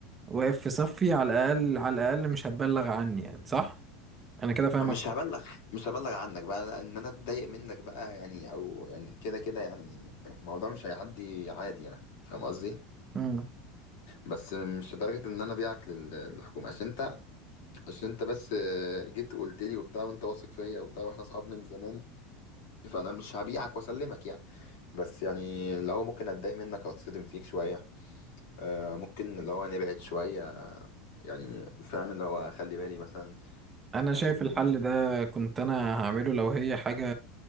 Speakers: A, on the right; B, on the left.
A: واقف في صفي على الأقل على الأقل مش هتبلغ عني يعني صح؟ أنا كده فاهمك
B: مش هبلغ مش هبلغ عنك بقى ان انا اتضايق منك بقى يعني او يعني كده كده يعني الموضوع مش هيعدي عادي يعني فاهم قصدي
A: مم.
B: بس مش لدرجة ان انا بيعك لل- للحكومة عشان انت عشان انت بس آه، جيت قلت لي وبتاع وانت واثق فيا وبتاع واحنا اصحاب من زمان فانا مش هبيعك واسلمك يعني بس يعني لو هو ممكن اتضايق منك او اتصدم فيك شويه آه، ممكن اللي هو نبعد شويه يعني فاهم اللي هو خلي بالي مثلا
A: أنا
B: عشان
A: شايف الحل ده كنت أنا هعمله لو هي حاجة